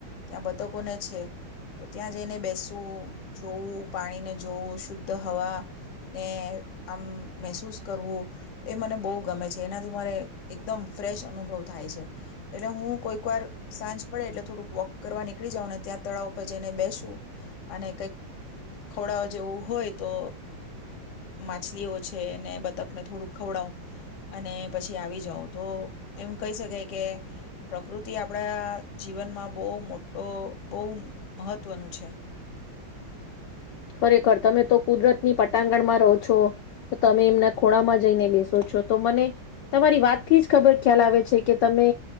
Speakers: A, on the left; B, on the left.
A: ત્યાં બતકોને છે તો ત્યાં જઈને બેસવું જોવું પાણીને જોવું શુદ્ધ હવા ને આમ મહેસૂસ કરવું એ મને બહુ ગમે છે. એનાથી મને એકદમ ફ્રેશ અનુભવ થાય છે. એટલે હું સાંજ પડે એટલે થોડુંક વોક કરવા નીકળી જાવ ને ત્યાં તળાવ ઉપર જઈને બેસું. અને કંઈક ખવડાવા જેવું હોય તો માછલીઓ છે ને બતકને થોડું ખવડાવું અને પછી આવી જાઉં. તો એમ કહી શકાય કે પ્રકૃ પ્રકૃતિ આપણા જીવનમાં બહુ મોટો બહુ મહત્ત્વનું છે.
B: ખરેખર તમે તો કુદરતની પટાંગણમાં રહો છો, તમે એમના ખોણામાં જઈને બેસો છો તો મને તમારી વાતથી જ ખબર ખ્યાલ આવે છે, કે તમે